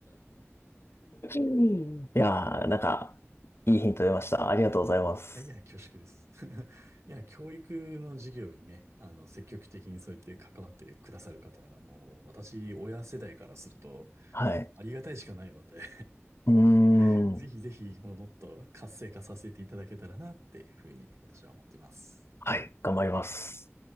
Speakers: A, on the left; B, on the right.
A: いやー、なんか、いいヒント出ました。ありがとうございます。
B: はいいや、恐縮です。<laughs> いや、教育の授業にね、あの、積極的にそうやって関わってくださる方は、もう、私、親世代からすると、
A: はい。
B: ありがたいしかないので
A: うーん。
B: <laughs> ぜひぜひ、もう、もっと活性化させていただけたらな、っていうふうに、私は思っています。
A: はい。頑張ります。